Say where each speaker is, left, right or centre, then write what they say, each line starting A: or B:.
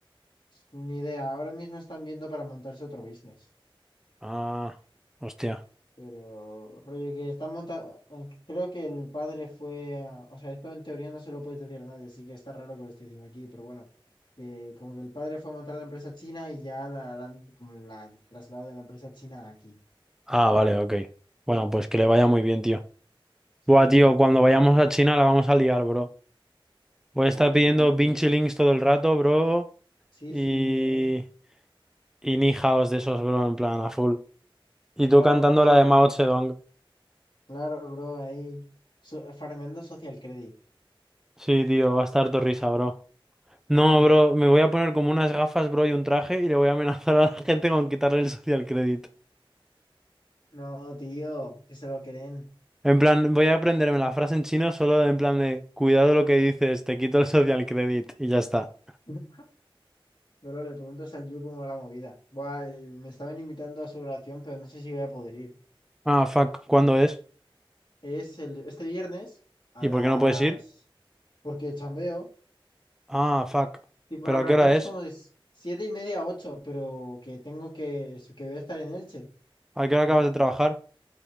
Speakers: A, on the left (about 55°); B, in the centre.
A: Ni idea. Ahora mismo están viendo para montarse otro business.
B: Ah, hostia.
A: Pero, rollo que está montado, creo que el padre fue, a- o sea, esto en teoría no se lo puedes decir a nadie, así que está raro que lo esté diciendo aquí, pero bueno, eh, como que el padre fue a montar la empresa china y ya la, la han- como la han trasladado de la empresa china aquí.
B: Ah, vale, ok. Bueno, pues que le vaya
A: Y
B: muy
A: eso,
B: bien, tío.
A: sí,
B: Buah,
A: que
B: tío,
A: le vaya
B: cuando
A: bien el
B: vayamos
A: colega.
B: a China la vamos a liar, bro. Voy
A: Vale,
B: a estar pidiendo
A: tío.
B: Vinci Links todo el rato, bro.
A: Sí,
B: Y...
A: sí, eh.
B: Y Ni Haos de esos, bro, en plan, a full. Y tú
A: Claro,
B: cantando
A: bro,
B: la de
A: y
B: Mao Zedong.
A: claro, bro, ahí, so- farmeando social credit.
B: Sí, tío, va a estar tu risa, bro. No,
A: Ujú.
B: bro, me voy a poner como unas gafas, bro, y un traje y le voy a amenazar a la gente con quitarle el social credit.
A: No, tío, que se lo creen.
B: En plan, voy a aprenderme la frase en chino solo en plan de cuidado lo que dices, te quito el social credit y ya está.
A: <laughs> Pero le pregunto a Sanju cómo va la movida. Buah, el- me estaban invitando a su oración, pero no sé si voy a poder ir.
B: Ah, fuck, ¿cuándo es?
A: Es el, este viernes a
B: ¿Y
A: las...
B: por qué no puedes ir?
A: Porque chambeo.
B: Ah, fuck.
A: Tipo,
B: ¿Pero
A: la grabación
B: a qué hora
A: es
B: es?
A: como de siete y media a ocho, pero que tengo que... que voy a estar en Elche.
B: ¿A qué hora acabas
A: Tipo,
B: de trabajar?